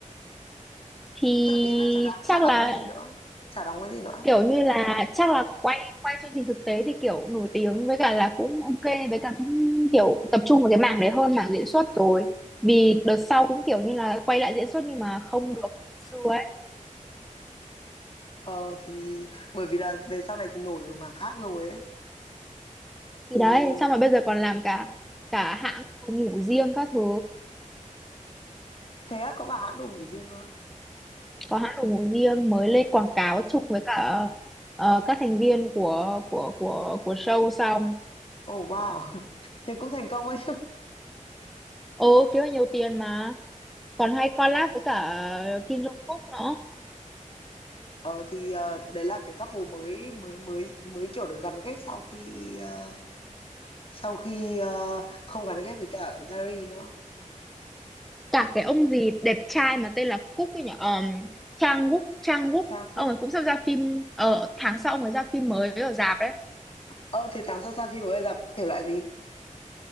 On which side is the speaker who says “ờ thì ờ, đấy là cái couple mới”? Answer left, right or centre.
Left